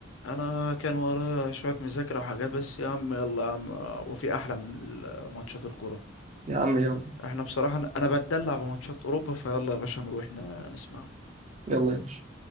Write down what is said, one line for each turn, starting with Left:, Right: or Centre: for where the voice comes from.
Left: انا كان ورايا شوية مذاكرة وحاجات بس يا عم يلا يا عم وفي احلى من ماتشات الكرة
Right: يا عم يلا
Left: احنا بصراحة انا أنا بتدلع بماتشات اوروبا فيلا يا باشا نروح ن- نسمعه
Right: يلا يا باشا